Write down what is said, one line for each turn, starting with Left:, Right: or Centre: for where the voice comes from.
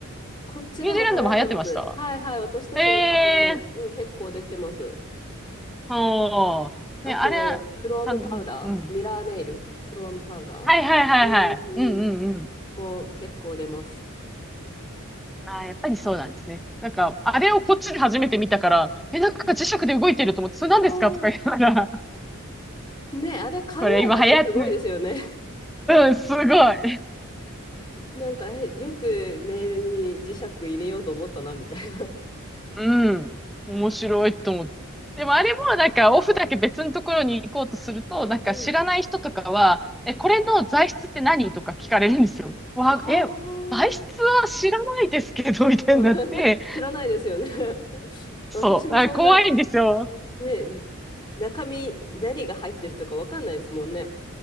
Left: こっちでも流行ってます。
Centre: ニュージーランドも流行ってました。
Left: はいはい。私たちのサロンも、
Centre: ええー、
Left: うん、結構出てます。
Centre: ほう。
Left: あと、
Centre: ね、あれ、
Left: クロームパウダー、
Centre: あの、うん。
Left: ミラーネイル、クロームパウダー、
Centre: はいはいはいはい。
Left: うん、うん、
Centre: うんうんうん。
Left: もう結構出ます。
Centre: ああ、やっぱりそうなんですね。なんか、あれをこっちで初めて見たから、え、なんか磁石で動いてると思って、
Left: うん。
Centre: それ何ですかとか言いながら。
Left: あー <laughs> ねあれ考えた人すごいですよね。
Centre: これ今流行ってる。うん、すごい。
Left: <laughs> なんか、え、よくネイルに磁石入れようと思ったな、みたいな。
Centre: うん。面白いと思って。でもあれもなんかオフだけ別のところに行こうとすると、なんか知らない人とかは、
Left: うん。<laughs>
Centre: え、これの材質って何とか聞かれるんですよ。わ、
Left: ああ。
Centre: え、材質は知らないですけど、みたいになって、
Left: うん <laughs> た知らないですよね。<laughs>
Centre: そう、
Left: 私もそんな、
Centre: あ、怖いんですよ。
Left: ね、中身、何が入ってるとかわかんないですもんね。